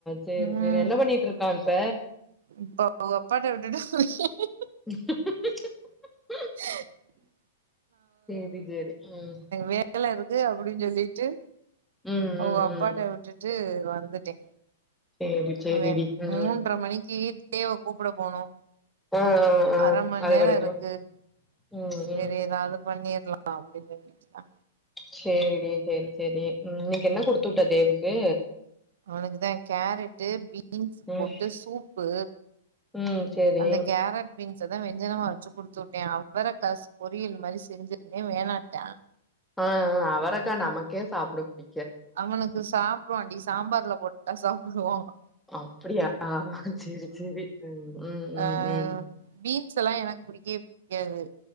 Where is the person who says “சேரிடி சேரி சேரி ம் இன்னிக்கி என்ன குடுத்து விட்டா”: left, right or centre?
Centre